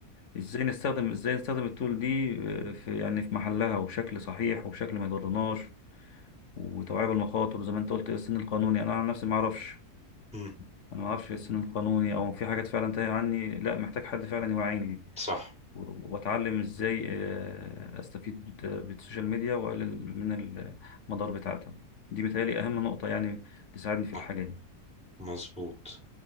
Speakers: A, on the left; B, in the centre.
A: ازاي نستخدم ازاي نستخدم التول دي آه، في يعني في محلها وبشكل صحيح وبشكل ما يضرناش وتوعية بالمخاطر زي ما انت قلت إيه السن القانوني انا عن نفسي ما اعرفش
B: مم.
A: انا ما اعرفش إيه السن القانوني او في حاجات فعلا تايه عني لا محتاج حد فعلا يوعيني
B: صح
A: و- واتعلم ازاي آه، استفيد آه، بالسوشيال ميديا واقلل من المدار بتاعتها دي متهيألي اهم نقطة يعني تساعدني في
B: صح
A: الحاجة دي
B: مظبوط